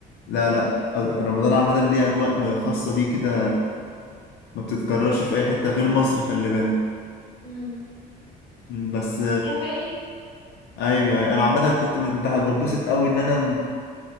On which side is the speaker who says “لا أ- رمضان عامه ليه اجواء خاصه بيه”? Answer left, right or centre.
Left